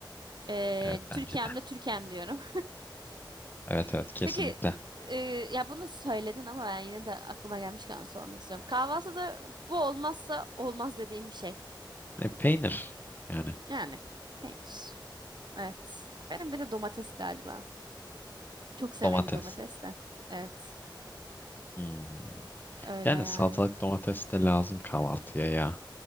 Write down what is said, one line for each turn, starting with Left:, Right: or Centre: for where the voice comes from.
Right: E,
Left: Evet bence
Right: Türkiye'm
Left: de.
Right: de Türkiye'm diyorum.
Left: Evet
Right: <laughs>
Left: evet kesinlikle.
Right: Peki e, ya bunu söyledin ama ben yine de aklıma gelmişken sormak istiyorum. Kahvaltıda bu olmazsa olmaz dediğim bir şey.
Left: E, peynir yani
Right: Yani peynir. Evet. Benim bir de domates galiba. Çok severim
Left: domates.
Right: domates de. Evet.
Left: Hmm.
Right: Öyle
Left: Yani
Right: yani.
Left: salatalık domates de lazım kahvaltıya ya.